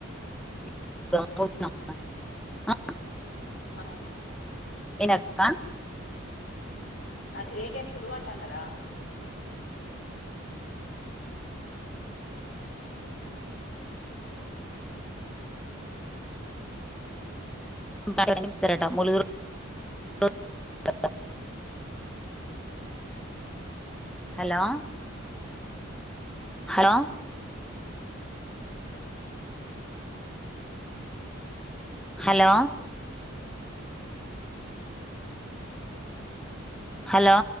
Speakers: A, in the centre; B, on the left.
A: <inaudible>
B: ఆ
A: వెనక్కా
B: అది ఏ టెంపులూ అంటన్నారా
A: <inaudible> హలో హలో హలో హలో